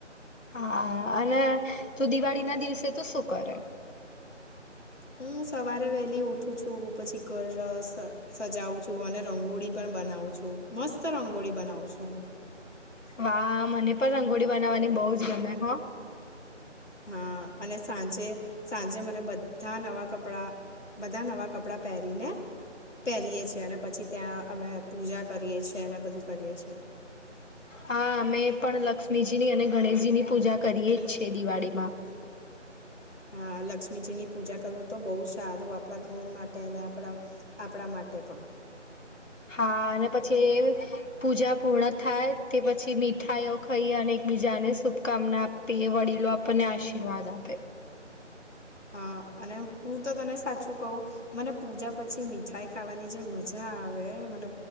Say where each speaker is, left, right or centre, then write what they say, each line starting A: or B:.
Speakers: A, on the left (about 90°); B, on the left (about 70°).
A: હા અને તુ દિવાળી ના દિવસે તુ શું કરે?
B: હું સવારે વેલી ઉઠું છું પછી ઘર સ સજાવું છું અને રંગોળી પણ બનાવું છું, મસ્ત રંગોળી બનાવું છું હું.
A: વાહ! મને પણ રંગોળી બનાવવાની બઉ જ ગમે હ.
B: હા અને સાંજે, સાંજે મને બધા નવાં કપડાં બધા નવાં કપડાં પહેરીને પહેરીએ છીએ અને પછી ત્યાં અમે પૂજા કરીએ છીએ. છેને બધું કરીએ છીએ.
A: હા અમે પણ લક્ષ્મીજીની અને ગણેશજી ની પૂજા કરીએે જ છેએ દિવાળીમાં.
B: હા લક્ષ્મીજીની પૂજા કરવું તો બહુ સારું આપણા ઘર માટે અને આપણા આપણા માટે પણ.
A: હા ને પછી પૂજા પૂર્ણ થાય. તે પછી મીઠાઈઓ ખઈ અને એકબીજાને શુભકામના આપ તે વડીલો આપણને આશીર્વાદ આપે.
B: હ અને હું તો તને સાચું કવ મને પૂજા પછી મીઠાઈ ખાવાની જે મજા આવે મને